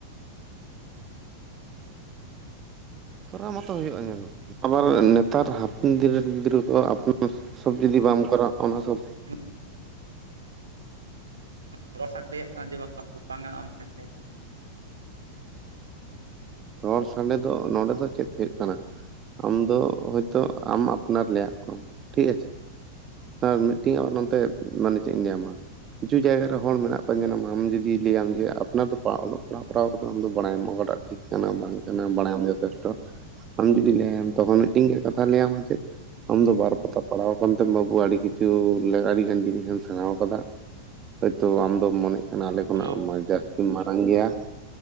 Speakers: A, on the right; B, on the right.
A: ᱦᱚᱨᱟ ᱢᱚᱛᱚ ᱦᱩᱭᱩᱜᱼᱟ ᱧᱮᱞ ᱟᱵᱟᱨ ᱱᱮᱛᱟᱨ ᱦᱟ ᱫᱨᱮᱱ ᱜᱤᱫᱽᱨᱟᱹ ᱠᱚ ᱟᱯᱨ ᱥᱚᱵ ᱡᱩᱫᱤ ᱵᱟᱢ ᱠᱚᱨᱟᱣᱟ ᱚᱱᱟ ᱥᱚᱵ ᱼᱼ
B: <inaudible> ᱚᱲ ᱨᱟᱭᱟᱜ ᱠᱟᱱᱟ ᱡᱮ ᱵᱟᱝ ᱜᱟᱱᱚᱜᱼᱟ ᱢᱮᱱᱛᱮ।
A: ᱨᱚᱲ ᱥᱟᱱᱰᱮ ᱫᱚ ᱱᱚᱰᱮ ᱫᱚ ᱪᱮᱫ ᱦᱩᱭᱩᱜ ᱠᱟᱱᱟ ᱟᱢ ᱫᱚ ᱦᱳᱭᱛᱚ ᱟᱢ ᱟᱯᱱᱟᱨ ᱞᱮᱭᱟᱜ ᱠᱚ ᱟᱢ ᱴᱷᱤᱠ ᱟᱪᱷᱮ᱾ ᱟᱨ ᱢᱤᱫᱴᱮᱱ ᱚᱱᱟᱛᱮ ᱢᱟᱱᱮ ᱪᱮᱫ ᱤᱧ ᱧᱟᱭ ᱟᱢᱟ᱾ ᱠᱤᱪᱷᱩ ᱡᱟᱭᱜᱟ ᱨᱮ ᱦᱚᱲ ᱢᱮᱱᱟᱜ ᱠᱚᱣᱟ ᱧᱮᱞᱟᱢ ᱟᱢ ᱡᱩᱫᱤ ᱞᱟᱹᱭᱟᱢ ᱡᱮ ᱟᱯᱱᱟᱨ ᱫᱚ ᱯᱟᱲ <unintelligible> ᱚᱞᱚᱜ ᱯᱟᱲᱦᱟᱣ ᱠᱚᱨᱟᱣ ᱠᱟᱛᱮ <inaudible> ᱟᱢ ᱫᱚ ᱵᱟᱲᱟᱭᱟᱢ ᱚᱠᱟᱴᱟᱜ ᱴᱷᱤᱠ ᱠᱟᱱᱟ ᱵᱟᱝ ᱠᱟᱱᱟ ᱵᱟᱲᱟᱭᱟᱢ ᱡᱚᱛᱷᱮᱥᱴᱚ। ᱟᱢ ᱡᱩᱫᱤ ᱞᱟᱹᱭ ᱟᱭᱟᱢ ᱛᱚᱠᱷᱚᱱ ᱢᱤᱫᱴᱮᱱ ᱜᱮ ᱠᱟᱛᱷᱟ ᱞᱟᱹᱭ ᱟᱢᱟ ᱪᱮᱫ ᱼᱼ ᱟᱢ ᱫᱚ ᱵᱟᱨ ᱯᱟᱛᱟ ᱯᱟᱲᱟᱣ ᱟᱠᱟᱱᱛᱮᱢ ᱵᱟᱹᱵᱩ ᱟᱹᱰᱤ ᱠᱤᱪᱷᱩ ᱟᱹᱰᱤᱜᱟᱱ ᱡᱤᱱᱤᱥᱮᱢ ᱥᱮᱬᱟᱣ ᱟᱠᱟᱫᱟ। ᱦᱚᱭᱛᱚ ᱟᱢᱫᱚᱢ ᱢᱚᱱᱮᱜ ᱼᱼ ᱠᱟᱱᱟ ᱟᱞᱮ ᱠᱷᱚᱱᱟᱜ
B: ᱦᱮᱞᱳ
A: ᱢᱟ ᱡᱟᱹᱥᱛᱤᱢ ᱢᱟᱨᱟᱝ ᱜᱮᱭᱟ